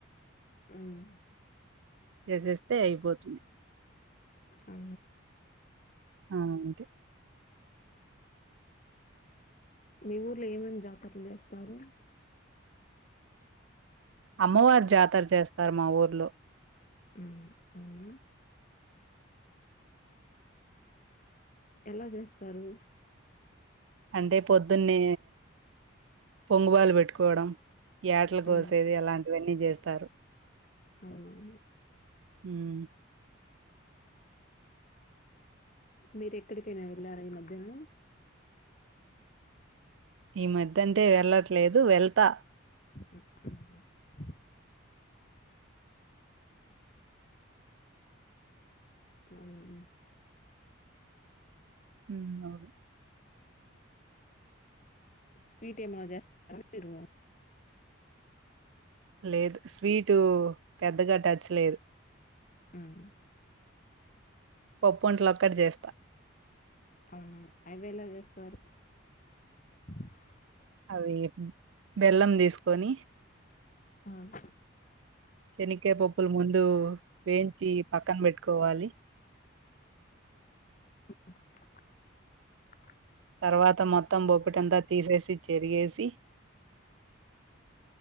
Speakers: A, on the left; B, on the right.
A: మ్మ్
B: చేసేస్తే అయిపోతుంది
A: ఆ
B: ఆ అంటే <unintelligible>
A: మీ ఊర్లో ఏమేమి జాతరలు చేస్తారు
B: అమ్మవారి జాతర చేస్తారు మా ఊర్లో
A: మ్మ్ అవునా ఎలా చేస్తారు
B: అంటే పొద్దున్నే పొంగువాలు పెట్టుకోవడం యాటలు కోసేది
A: మ్మ్
B: అలాంటివన్నీ చేస్తారు
A: అవునా
B: మ్మ్
A: మీరు ఎక్కడికైనా వెళ్ళారా ఈ మధ్యన
B: ఈ మధ్య అంటే ఎళ్లట్లేదు వెళ్తా
A: <unintelligible> మ్మ్ హ్మ్
B: మ్మ్ అవును
A: స్వీటు ఏమైనా చేస్తారా మీరు
B: లేదు స్వీటు పెద్దగా టచ్ లేదు
A: మ్మ్
B: పప్పొంటలొక్కటి జేస్తా.
A: అవునా అవేలా చేేస్తారు <unintelligible>
B: అవి బెల్లం తీసుకొని
A: మ్మ్
B: చెనిక్కాయ పప్పులు ముందు వేయించి పక్కన పెట్టుకోవాలి
A: అ
B: తర్వాత మొత్తం బొప్పటంతా తీసేసి చెరిగేసి